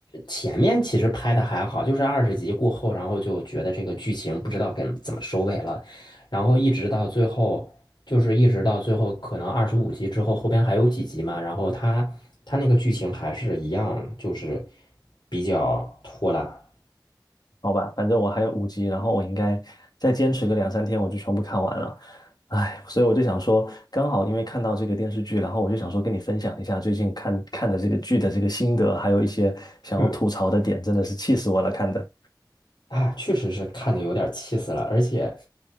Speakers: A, on the left; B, on the left.
A: 前面其实拍的还好，就是二十集过后，然后就觉得这个剧情不知道该怎么收尾了，然后一直到最后，就是一直到最后，可能二十五集之后，后边还有几集嘛，然后他他那个剧情还是一样，就是比较拖拉。
B: 好吧，反正我还有五集，然后我应该再坚持个两三天，我就全部看完了。唉，所以我就想说，刚好因为看到这个电视剧，然后我就想说跟你分享一下最近看看的这个剧的这个心得，还有一些想要吐槽的点，
A: 嗯，
B: 真的是气死我了，看的。
A: 啊，确实是看的有点气死了，而且，